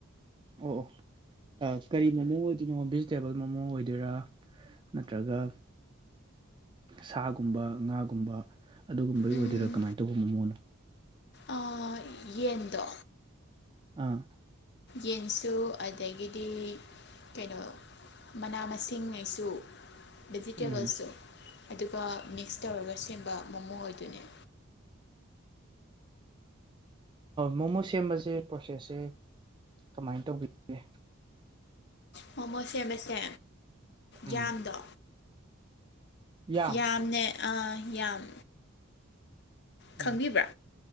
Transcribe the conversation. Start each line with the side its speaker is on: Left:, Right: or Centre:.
Right: ꯑꯣ ꯑꯣ ꯀꯔꯤ ꯃꯣꯃꯣ ꯑꯣꯏꯗꯣꯏꯅꯣ ꯚꯦꯖꯤꯇꯦꯕꯜ ꯃꯣꯃꯣ ꯑꯣꯏꯗꯣꯏꯔꯥ꯫ ꯅꯠꯇ꯭ꯔꯒ ꯁꯥꯒꯨꯝꯕ ꯉꯥꯒꯨꯝꯕ꯫ ꯑꯗꯨꯒꯨꯝꯕꯒꯤ
Left: ꯎꯝ
Right: ꯑꯣꯏꯗꯣꯏꯔꯥ ꯀꯃꯥꯏꯅ ꯇꯧꯕ ꯃꯣꯃꯣꯅꯣ꯫
Left: ꯑꯥ ꯌꯦꯟꯗꯣ꯫
Right: ꯑꯥ꯫
Left: ꯌꯦꯟꯁꯨ ꯑꯗꯒꯤꯗꯤ ꯀꯩꯅꯣ꯫ ꯃꯅꯥ ꯃꯁꯤꯡꯉꯩꯁꯨ ꯚꯦꯖꯤꯇꯦꯕꯜꯁꯨ꯫
Right: ꯎꯝ
Left: ꯑꯗꯨꯒ ꯃꯤꯛꯁ ꯇꯧꯔꯒ ꯁꯦꯝꯕ ꯃꯣꯃꯣ ꯑꯣꯏꯗꯨꯣꯏꯅꯦ꯫
Right: ꯃꯣꯃꯣ ꯁꯦꯝꯕꯁꯦ ꯄ꯭ꯔꯣꯁꯦꯁꯁꯦ ꯀꯃꯥꯏꯅ ꯇꯧꯕꯤꯒꯦ꯫
Left: ꯃꯣꯃꯣ ꯁꯦꯝꯕꯁꯦ
Right: ꯎꯝ
Left: ꯌꯥꯝꯗꯣ꯫
Right: ꯌꯥꯝ
Left: ꯌꯥꯝꯅꯦ ꯑ ꯌꯥꯝ ꯈꯪꯕꯤꯕ꯭ꯔꯥ꯫
Right: ꯎꯝ